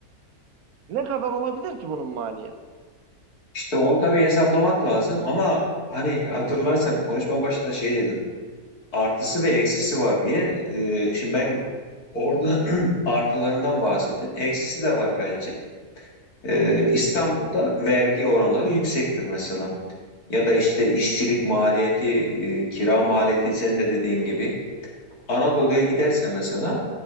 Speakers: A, on the right; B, on the left.
A: Ne kadar olabilir ki bunun maliyeti?
B: İşte onu tabii hesaplamak lazım ama hani hatırlarsan konuşmanın başında şey dedim. artısı ve eksisi var diye. Ee, şimdi ben
A: Hı hı,
B: orada <clears throat> artılarından bahsettim. Eksisi de var bence. Ee,
A: hı hı.
B: İstanbul'da vergi oranları yüksektir mesela. Ya da işte işçilik maliyeti, e, kira maliyeti senin de dediğin gibi. Anadolu'ya giderse mesela